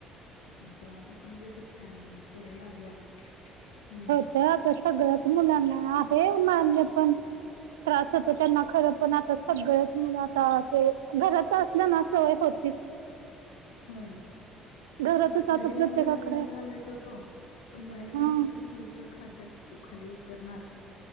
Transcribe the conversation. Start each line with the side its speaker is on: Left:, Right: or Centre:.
Left: आणि तेव्हापासून ज जे फॅन सवय लागल्या हम्म
Right: होत आता सगळं मुलांना आहे मान्य पण त्रास होतो त्यांना खरं पण आता सगळेच मुल आता ते घरात असल्या ना सवय होतीच.
Left: होय.
Right: घरातच
Left: मग आता बाहेर
Right: प्रत्येकाकडे
Left: नेऊन खायलायला घालायच होतो पण बाहेर
Right: हा
Left: नेऊन तर कुळसं खातात तो खाली उतरणार